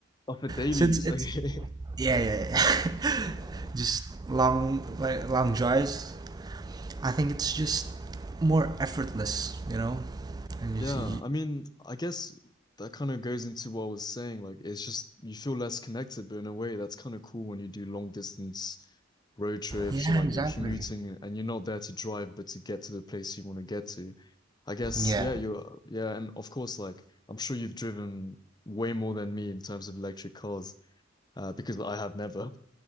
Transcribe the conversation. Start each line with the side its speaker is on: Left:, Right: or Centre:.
Left: Oh, for dailies.
Right: Since it's
Left: Okay. <laughs>
Right: yeah, yeah, yeah.
Left: Uh,
Right: <laughs> just long like long drives. I think it's just more effortless, you know. And you
Left: yeah.
Right: see,
Left: I mean, I guess that kind of goes into what I was saying. Like, it's just you feel less connected, but in a way, that's kind of cool when you do long distance road trips
Right: yeah,
Left: or like
Right: exactly.
Left: you're commuting and you're not there to drive, but to get to the place you want to get to. I guess,
Right: Yeah.
Left: yeah, you're, yeah. And of course, like, I'm sure you've driven way more than me in terms of electric cars, uh, because I have never.